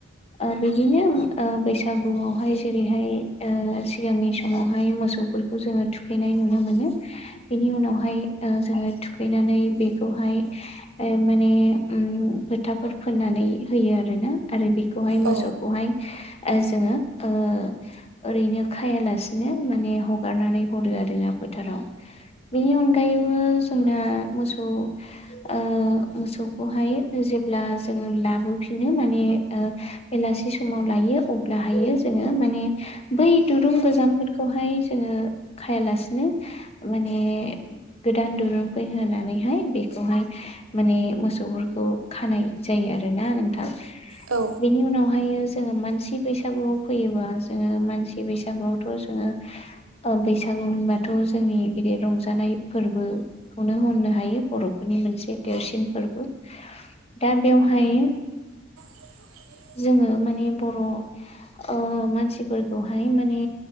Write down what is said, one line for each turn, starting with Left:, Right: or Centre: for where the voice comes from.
Left: ओ बिदिनो ओ बैसागुआवहाय जेरैहाय ओ सिगांनि समावहाय मोसौफोरखौ जोङो थुखैनाय नुनो मोनो, बेनि उनावहाय ओ जोङो थुखैनानै बेखौहाय, ओ माने उम फोथा फोर फोननानै होयो आरोना‌ आरो बेखौहाय मोसौखौहाय
Right: औ
Left: ओ जोङो ओ ओरैनो खायालासिनो माने हगारनानै हरो आरोना बोथोराव। बेनि अनगायैबो जों दा मोसौ ओ मोसौ खौहाय जे ब्ला जोङो लाबोफिनो माने ओ बेलासि समाव लायो अब्लाहायो जोङो माने बै दुरुं गोजामफोरखौहाय जोङो खायालासिनो माने गोदान दुरुं फै होनानैहाय बेखौहाय माने मोसौफोरखौ खानाय जायो आरोना नोंथां।
Right: औ
Left: बेनि उनावहाय जोङो मानसि बैसागुआव फैयोबा जोङो मानसि बैसागुआवथ' जोङो, बैसागु होनबाथ' जोंनि गिदिर रंजानाय फोर्बोखौनो होननो हायो बर'फोरनि मोनसे देरसिन फोर्बो। दा बेवहाय
Right: <inaudible>
Left: जोङो माने बर' ओ मानसिफोरखौहाय माने